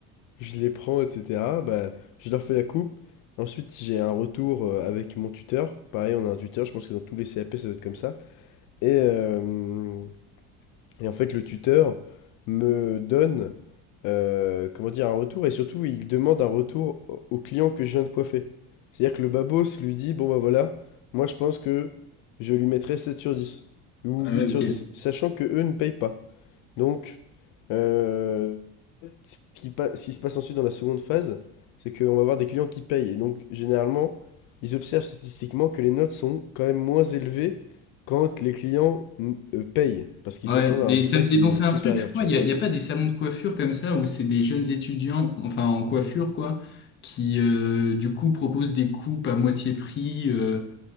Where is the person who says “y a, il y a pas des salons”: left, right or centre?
Left